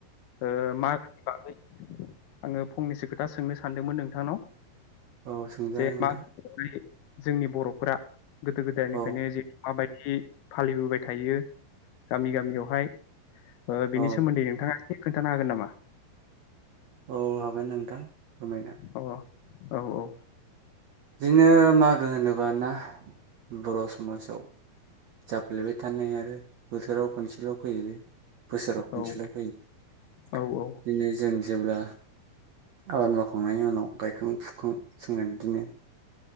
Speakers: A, on the left; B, on the right.
A: ओ मागोनि बागै आङो फंनैसो खोथा सोंनो सानदोंमोन नोंथांनाव।
B: औ सोंजागोन
A: <unintelligible>
B: नोंथां
A: जोंनि बरफोरा। गोदो गोदायनिफ्रायनो
B: औ
A: <inaudible> माबायदि। बिदि फालिबोबाय थायो। गामि गामियावहाय। ओ
B: औ
A: बिनि सोमोन्दै नोंथाङा इसे। खोन्थानो हागोन नामा।
B: औ हागोन नोंथां। फोरमायनो।
A: अ औ औ।
B: बिदिनो मागो होनोबाना बर समाजाव जाफ्लेबाय थानाय आरो बोथोराव खनसेल फैयो। बोसोराव खनसेल
A: औ
B: फैयो बिदिनो
A: औ औ
B: जों। जेब्ला आबाद मावखांनायनि उनाव गायखां फुखां जोङो बिदिनो।